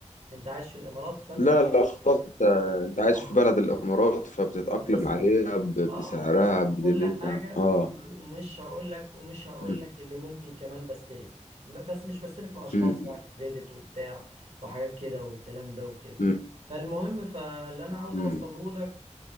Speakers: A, on the right; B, on the left.
A: انت عايش في الامارات فانت
B: لا
A: بت-
B: لا خلاص انت انت عايش
A: اه
B: في بلد الإمارات فبتتأقلم
A: فبتصرف
B: عليها ب-
A: اه
B: بسعرها
A: وبتذكر
B: بدنيتها
A: كل حاجة
B: اه
A: ومش هقول لك ومش هقول
B: مم.
A: لك اللي ممكن كمان بستلف م- بس مش بستلف مع اشخاص
B: مم.
A: يعني كريدت وبتاع وحاجات كده والكلام ده وكده
B: مم.
A: فالمهم فاللي انا عاوز
B: مم.
A: اوصله لك